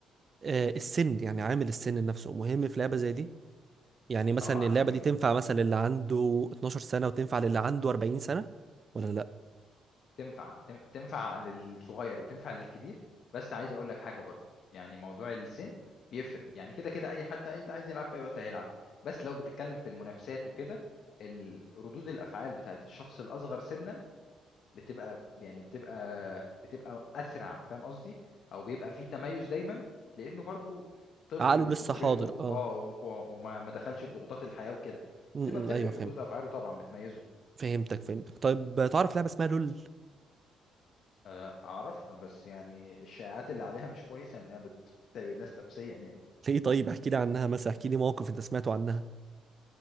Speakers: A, on the right; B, on the left.
A: آه السن يعني عامل السن نفسه مهم في لعبه زي دي يعني مثلا
B: طبعا
A: اللعبه
B: مهم
A: دي تنفع مثلا اللي عنده 12 سنه وتنفع للي عنده 40 سنه ولا لا
B: تنفع تن- تنفع للصغير وتنفع للكبير بس عايز اقول لك حاجه برضو يعني موضوع السن بيفرق يعني كده كده اي حد عايز عايز يلعب في اي وقت هيلعب بس لو بتتكلم في المنافسات وكده ال- ردود الافعال بتاعت الشخص الاصغر سنا بتبقى يعني بتبقى بتبقى اسرع فاهم قصدي او بيبقى فيه تميز دايما لانه برضو طفل
A: عقله
B: وفطرته
A: لسه حاضر اه
B: اه و- و- وما ما دخلش في ضغوطات الحياه وكده
A: م
B: بتبقى بتفرق
A: -م. ايوه فهمت
B: في ردود افعاله طبعا بتميزه
A: فهمتك فهمتك طيب تعرف لعبه اسمها لول
B: آه، اعرفها بس يعني الشائعات اللي عليها مش كويسه انها بت- بتتعب الناس نفسيا يعني
A: ليه طيب احكي لي عنها مثلا احكي لي موقف انت سمعته عنها